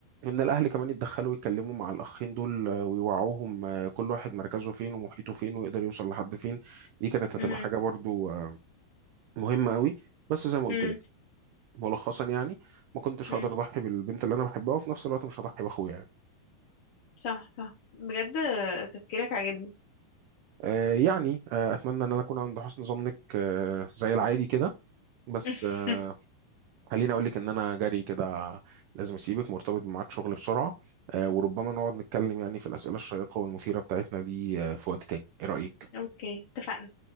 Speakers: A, on the right; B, on the left.
A: ان الاهل كمان يتدخلوا ويتكلموا مع الاخين دول آه، ويوعوهم آه، كل واحد مركزه فين ومحيطه فين ويقدر يوصل لحد فين دي كانت هتبقى
B: مم.
A: حاجه برضو آه، مهمة قوي بس زي ما قلت
B: مم.
A: لك ملخصا يعني ما كنتش
B: مم.
A: هقدر اضحي بالبنت اللي انا بحبها وفي نفس الوقت مش هضحي باخويا يعني
B: صح صح بجد تفكيرك عاجبني
A: آه يعني آه اتمنى ان انا اكون عند حسن ظنك آه زي العادي كده بس
B: <laughs>
A: آه خليني اقول لك ان انا جري كده لازم اسيبك مرتبط بميعاد شغل بسرعة آه وربما نقعد نتكلم يعني في الأسئلة الشيقة والمثيرة بتاعتنا دي آه في وقت تاني ايه رأيك
B: اوكي اتفقنا